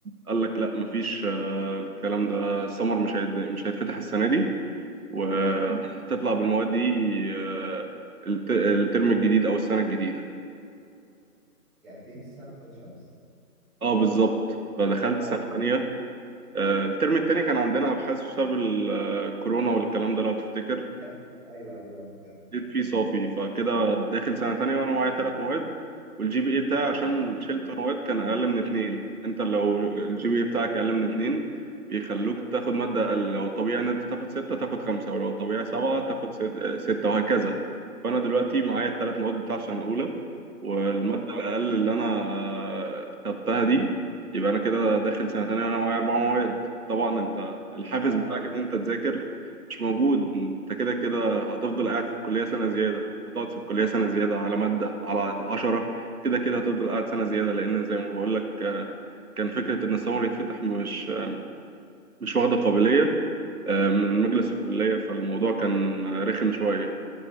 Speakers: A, on the right; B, in the centre.
A: قال لك لا مفيش آه، الكلام ده سمر مش هيت- مش هيتفتح السنه دي وهتطلع
B: ده ايه؟
A: بالمواد دي آه، الت- الترم الجديد او السنه الجديده
B: يعني تعيد السنة في عين شمس
A: اه بالظبط فدخلت
B: اه
A: سنه ثانيه آه، الترم التاني كان عندنا ابحاث بسبب الكورونا والكلام ده لو تفتكر
B: حلو ايوه ايوه اه فاهم
A: جيت فيه صافي فكده داخل سنة تانية وأنا معايا تلات مواد والجي بي إيه بتاعي عشان شلت مواد كان أقل من اتنين أنت لو الجي بي إيه بتاعك أقل من اتنين بيخلوك تاخد مادة أقل لو الطبيعي إن أنت تاخد ستة تاخد خمسة ولو الطبيعي سبعة تاخد ست- آه، ستة وهكذا فأنا دلوقتي معايا التلات مواد بتاع سنة أولى والمادة
B: ايوه
A: الأقل اللي أنا آه، خدتها دي يبقى أنا كده داخل سنة تانية وأنا معايا أربع مواد طبعا أنت
B: اه
A: الحافز
B: لا،
A: بتاعك
B: عارف.
A: إن أنت تذاكر مش موجود أنت كده كده هتفضل قاعد في الكلية سنة زيادة هتقعد في الكلية سنة زيادة على مادة على عشرة كده كده هتفضل قاعد سنة زيادة لأن زي ما بقول لك آه، كان فكرة إن السمر يتفتح مش آه، مش واخدة قابلية آه، من مجلس الكلية فالموضوع كان آه، رخم شوية